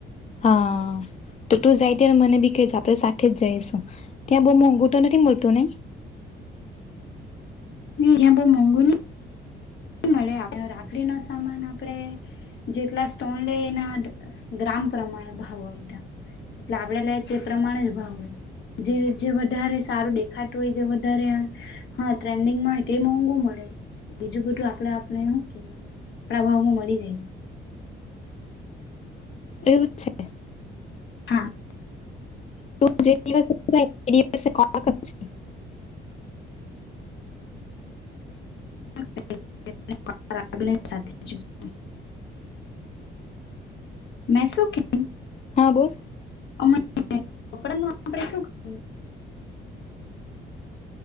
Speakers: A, on the left; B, on the left.
A: હા, તો તું જાય ત્યારે મને બી કેજે, આપડે સાથે જ જઈશું. ત્યાં બહુ મોંઘું તો નથી મળતું નહીં?
B: ના ત્યાં બહુ મોંઘું નહિ. મળે આપડે રાખડી નો સામાન આપણે જેટલા સ્ટોન લે એના ગ્રામ પ્રમાણે ભાવ વયધા એટલે આપડે લે તે પ્રમાણે જ ભાવ હોય જે જે વધારે સારું દેખાતું હોય જે વધારે હા ટ્રેન્ડિંગ માં તે મોંઘુ મળે બીજું બધું આપણે આપણે હું કેવાય આપણા ભાવ માં મળી જાય.
A: એવું છે
B: હા
A: તું જે દિવસે તે દિવસે <unintelligible>
B: <unintelligible> મે શું કેવ
A: હા બોલ
B: અમણે કપડા નું આપણે શું <unintelligible>